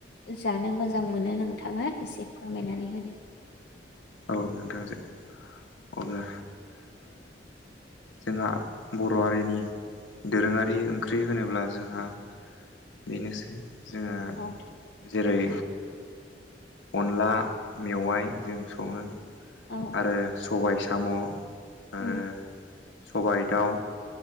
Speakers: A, on the left; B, on the left.
A: जानो मोजां मोनो नोंथाङा एसे फोरमायनानै होदो।
B: औ नोंथांजो अब्ला जोंहा बर' हारिनि दोरोङारि ओंख्रि होनोब्ला जोंहा बेनोसै जोङो
A: औ
B: जेरै अनला मेवाइ जों सङो
A: औ
B: आरो सबाय साम' आरो
A: उम
B: सबाइ, दाउ